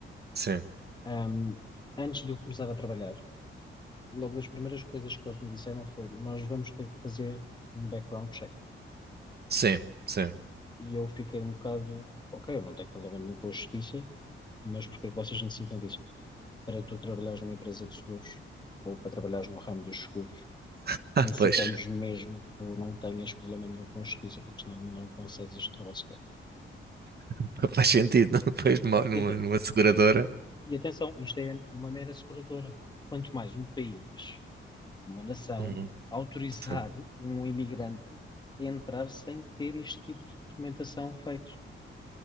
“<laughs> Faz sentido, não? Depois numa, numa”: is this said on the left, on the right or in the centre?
Right